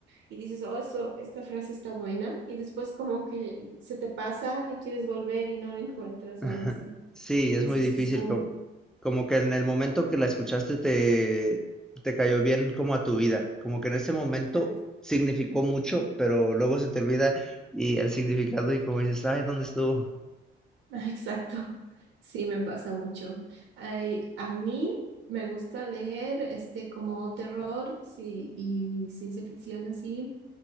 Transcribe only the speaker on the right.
y dices, oh, eso, esta frase está buena, y después como que se te pasa y quieres volver y no la encuentras
o algo así.
Entonces
es un...
Exacto.
<laughs> Ah, Exacto. Sí, me pasa mucho. Ay, a mí me gusta leer este como terror sí, y ciencia ficción así.